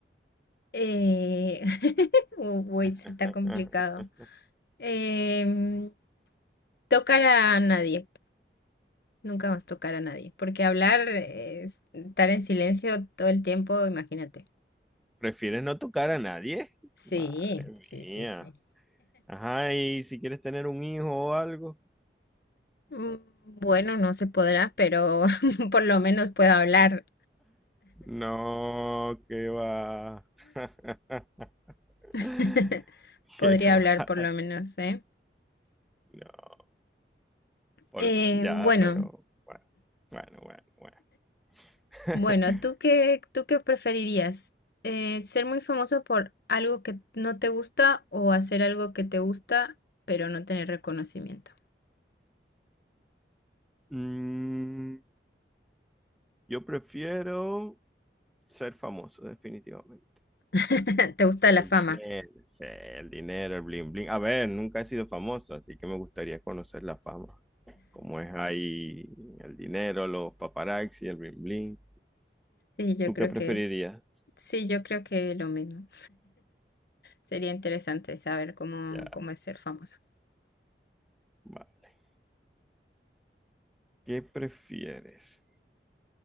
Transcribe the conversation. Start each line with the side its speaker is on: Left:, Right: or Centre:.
Left: Eh... <laughs> Uy,
Centre: <laughs>
Left: se está complicado. Em, tocar a nadie, nunca más tocar a nadie, porque hablar, eh, es estar en silencio todo el tiempo, imagínate.
Centre: ¿Prefieres no tocar a nadie?
Left: Sí,
Centre: Madre
Left: sí,
Centre: mía.
Left: sí, sí.
Centre: Ajá, y si quieres tener un hijo o algo.
Left: Mm, Bueno, no se podrá, pero <laughs> por lo menos puedo hablar.
Centre: No, qué va. <laughs>
Left: <laughs>
Centre: <laughs>
Left: Podría
Centre: Qué va-
Left: hablar por lo menos, ¿eh?
Centre: No, por-
Left: Eh,
Centre: ya,
Left: bueno,
Centre: pero bueno, bueno, bueno, bueno. <laughs>
Left: bueno, ¿tú qué, tú qué preferirías? Eh, ¿ser muy famoso por algo que no te gusta o hacer algo que te gusta pero no tener reconocimiento?
Centre: Mm, yo prefiero ser famoso, definitivamente.
Left: <laughs> ¿Te gusta la
Centre: El
Left: fama?
Centre: dinero, sí, el dinero, el bling bling. A ver, nunca he sido famoso, así que me gustaría conocer la fama. Cómo es ahí el dinero, los paparazzi, el bling bling.
Left: Sí, yo
Centre: ¿Tú
Left: creo
Centre: qué preferirías?
Left: que es. Sí, yo creo que lo mismo. Sería interesante saber cómo,
Centre: Ya,
Left: cómo es ser famoso.
Centre: vale. ¿Qué prefieres?